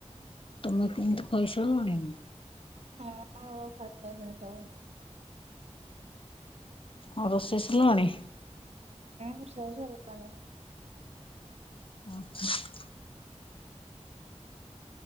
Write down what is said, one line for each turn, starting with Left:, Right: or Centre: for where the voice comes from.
Left: ତମେ କେମତି ଖଇସ ଲଣି ନା <inaudible>
Right: ହଁ ଆଉ ଖାଇସାଇଲେଣି ସବୁ।
Left: ଆଉ ରୋଷେଇ ସରିଲାଣି?
Right: ହୁଁ ସେଇଷ ହାନି <inaudible>
Left: ହ <inaudible>